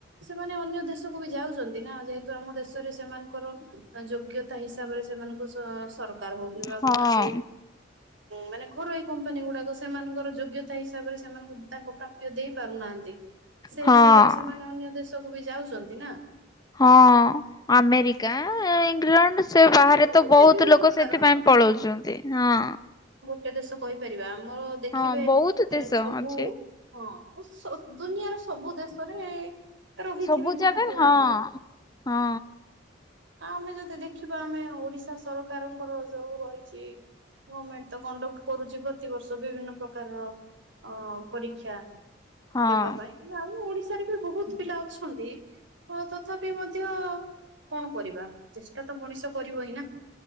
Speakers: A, on the right; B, on the left.
A: ସେମାନେ ଅନ୍ୟ ଦେଶକୁ ବି ଯାଉଛନ୍ତି ନା ଯେହେତୁ ଆମ ଦେଶରେ ସେମାନଙ୍କର ଯୋଗ୍ୟତା ହିସାବରେ ସେମାନଙ୍କୁ ସରକାର ଦରକାର ହଉ କିମ୍ବା
B: ହଁ।
A: କୌଣସି ମାନେ ଘରୋଇ କମ୍ପାନୀ ଗୁଡାକ ସେମାନଙ୍କର ଯୋଗ୍ୟତା ହିସାବରେ ସେମାନଙ୍କୁ ତାଙ୍କ ପ୍ରାପ୍ୟ ଦେଇ ପାରୁନାହାନ୍ତି। ସେଇ
B: ହଁ
A: ହିସାବରେ ସେମାନେ ଅନ୍ୟ ଦେଶ କୁ ବି ଯାଉଛନ୍ତି ନା।
B: ହଁ ଆମେରିକା ନିଉଜଲ୍ୟାଣ୍ଡ ସେ
A: ହଁ
B: ବାହାରେ
A: ସବୁ
B: ତ ବହୁତ
A: ବିଭିନ୍ନ
B: ଲୋକ
A: ପ୍ରକାର
B: ସେଥିପାଇଁ ପଳଉଛନ୍ତି ହଁ।
A: ଟେ ଦେଶ କହିପାରିବା? ଆମର ଦେଖିବେ
B: ହଁ ବହୁତ ଦେଶ
A: ସବୁ
B: ଅଛି।
A: ହଁ। ଦୁନିଆର ସବୁ ଦେଶରେ ରହିଥିବେ
B: ସବୁ
A: ନିହାତି
B: ଜାଗାରେ ହଁ
A: ଭାବରେ।
B: ହଁ
A: ହଁ ଆମେ ଯଦି ଦେଖି ଦେଖିବା ଆମେ ଓଡିଶା ସରକାରଙ୍କର ଯୋଉ ରହିଛି ଗମେଣ୍ଟ ତ କଣ୍ଡକ୍ଟ କରୁଛି ପ୍ରତିବର୍ଷ ବିଭିନ୍ନ ପ୍ରକାରର ଅ ପରୀକ୍ଷା
B: ହଁ।
A: ଦେବା ପାଇଁ ଆଉ ଓଡିଶାରେ ଏମିତି ବହୁତ ପିଲା ଅଛନ୍ତି। ତଥାପି ମଧ୍ୟ କଣ କରିବା ଚେଷ୍ଟା ଷ୍ଟା ତ ମଣିଷ କରିବ ହିଁ ନା।